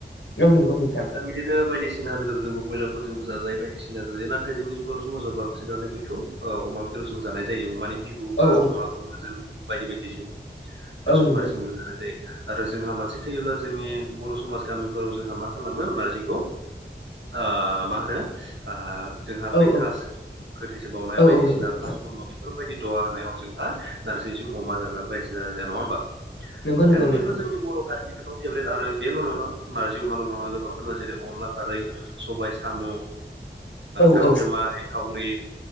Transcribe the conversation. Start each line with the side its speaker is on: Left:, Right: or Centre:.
Left: औ नंगौ नोंथां
Right: दा बिदिनो बायदिसि सिना बेदरजोंबो ब्रयलारफोरजोंबो जाजायो बायदिसिना जायो नाथाय जोंनि बर' समाजाव बांसिनानो बेखौ अमा बेदर जों जानाय जायो अमानि बिबु बा
Left: औ औ
Right: अमा जों बायदि बायदिजों बा
Left: औ
Right: सुबारिजोंबो
Left: नंगौ
Right: जानाय आरो जोंहा मानसि थैयोब्ला जोंनि बर' समाज गामिफोराव जोंहा मा खालामो नारजिखौ ओ मा होनो जोंहा
Left: औ
Right: बे कास गोथैसोबावनाय
Left: औ
Right: बायदिसिना
Left: औ नंगौ नोंथां
Right: कासकर्मा बेफोर बेफोरबायदि दहा होनायाव जोंहा नार्जिजों अमा जागोन रायजो राजाया नङा होमबा?
Left: नंगौ
Right: बेखायनो
Left: नंगौ
Right: बेफोर
Left: नंगौ नोंथां
Right: जोंनि बर' हारिनि गोबां फेभ्रेट आरो बेल' नङा नारजि अमाल' नङा गोबां रोङा जेरै अनला खारै सबायाइ साम' ओ
Left: औ
Right: गांजोमा
Left: औ
Right: एंखावरि